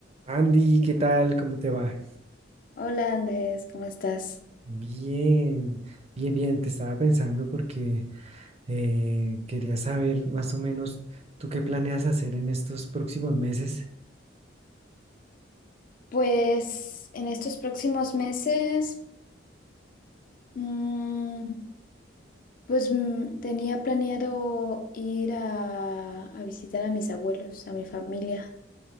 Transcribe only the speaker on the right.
Andy, ¿qué tal? ¿Cómo te va?
Bien, bien, bien. Te estaba pensando porque eh, quería saber más o menos tú qué planeas hacer en estos próximos meses.